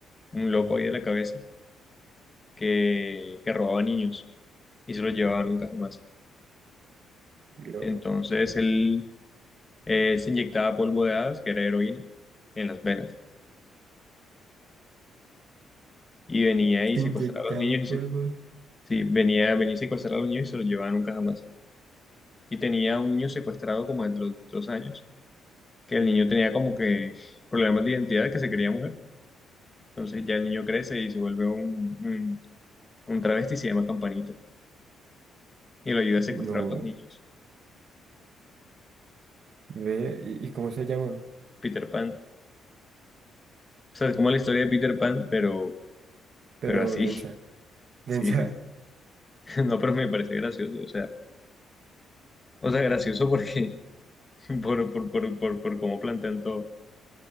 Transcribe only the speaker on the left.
un loco ahí de la cabeza que, que robaba niños. y se lo llevaba nunca jamás.
Entonces él eh, se inyectaba polvo de hadas, que era heroína, en las venas. Y venía
y secuestraba
a los niños
y se, sí, venía, venía y secuestraba a los niños y se los llevaba nunca jamás. Y tenía un niño secuestrado como de los dos años, que el niño tenía como que problemas de identidad, que se quería mujer. Entonces ya el niño crece y se vuelve un, un, un travesti y se llama Campanita. Y lo ayuda
a secuestrar a otros niños.
Peter Pan. O sea, es como la historia de Peter Pan, pero,
pero así.
<laughs>
Sí, sí, sí. <laughs> No, pero me parece gracioso. O sea, O sea, gracioso porque <laughs> por, por, por, por, por cómo plantean todo.